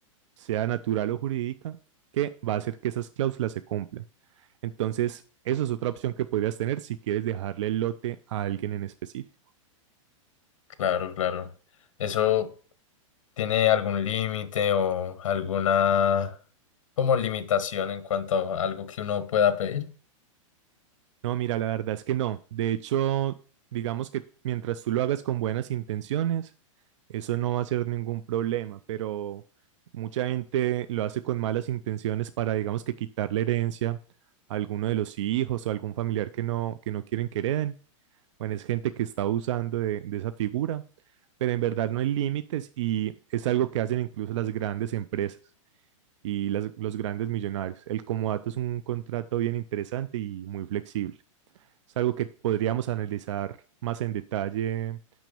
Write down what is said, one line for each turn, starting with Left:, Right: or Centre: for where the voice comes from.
Right: sea natural o jurídica, que va a hacer que esas cláusulas se cumplan. Entonces, eso es otra opción que podrías tener si quieres dejarle el lote a alguien en específico.
Left: Claro, claro. Eso. ¿Tiene algún límite o alguna como limitación en cuanto a algo que uno pueda pedir?
Right: No, mira, la verdad es que no. De hecho, digamos que mientras tú lo hagas con buenas intenciones, eso no va a ser ningún problema, pero mucha gente lo hace con malas intenciones para, digamos que quitar la herencia a alguno de los hijos o algún familiar que no, que no quieren que hereden. Bueno, es gente que está abusando de, de esa figura, pero en verdad no hay límites y es algo que hacen incluso las grandes empresas y las- los grandes millonarios. El comodato es un contrato bien interesante y muy flexible. Es algo que podríamos analizar más en detalle